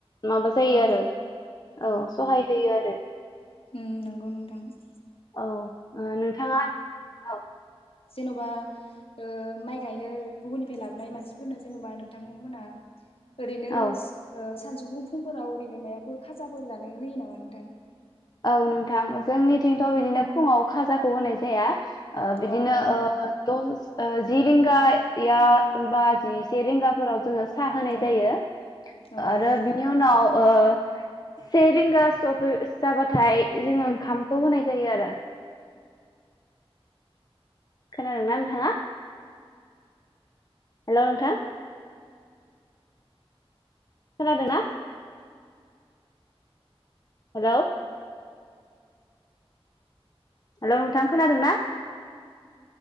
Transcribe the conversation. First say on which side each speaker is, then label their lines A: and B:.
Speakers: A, on the left; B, on the left.
A: माबा जायो
B: औ
A: आरो
B: उम
A: औ सहाय होयो आरो
B: उम नंगौ नोंथां ।
A: औ नोंथाङा औ ।
B: जेनबा ओ माइ गायनो गुबुननिफ्राय लाबोनाय मानसिफोरनो जेनेबा नोंथांमोना ओरैनो
A: औ
B: ओ सानजुफु फुंफोराव ओरैनो माबाफोर खाजाफोर जानो होयो नामा नोंथां?
A: औ नोंथां जोंनिथिंथ बिदिनो फुङाव खाजाखौ होनाय जाया । ओ बिदिनो
B: अ अ
A: ओ दस ओ जि रिंगाया बा जिसे रिंगाफोराव जोङो साहा होनाय
B: औ
A: जायो
B: औ
A: आरो
B: औ
A: बिनि उनाव ओ से रिंगा <unintelligible> सफै जाबाथाय जोंङो ओंखामखौ होनाय जायो आरो। खोनादोंना नोंथाङा हेलौ नोंथां खोनादोंना हेलौ हेलौ नोंथां खोनादों ना